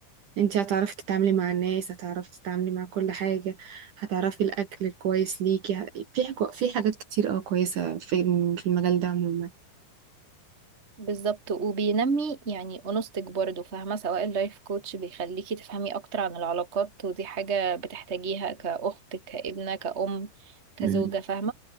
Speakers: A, on the right; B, on the right.
A: انت هتعرفي تتعاملي مع الناس هتعرفي تتعاملي مع كل حاجة هتعرفي الأكل الكويس ليكي ه- في حاجة في حاجات كتير اه كويسة في الم- في المجال ده عموما
B: بالظبط وبينمي يعني انوثتك برضه فاهمه سواء اللايف كوتش بيخليكي تفهمي اكتر عن العلاقات ودي حاجه بتحتاجيها كاخت كابنه كأم كزوجه
A: مم.
B: فاهمه